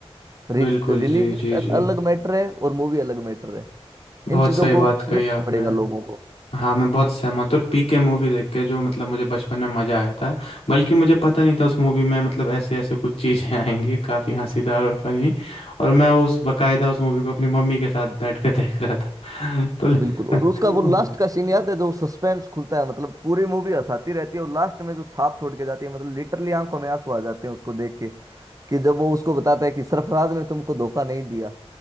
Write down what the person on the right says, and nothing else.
रिलीजियस
अलग मैटर है और मूवी अलग मैटर है
इन चीजों
को समझना
पड़ेगा लोगों को
बिल्कुल और उसका वो लास्ट का सीन याद है जो सस्पेंस खुलता है मतलब पूरी मूवी हंसाती रहती है और लास्ट में जो छाप छोड़ के जाती है मतलब लिटरली आंखों में आंसू आ जाते हैं उसको देख के कि जब वो उसको बताता है कि सरफराज ने तुमको धोखा नहीं दिया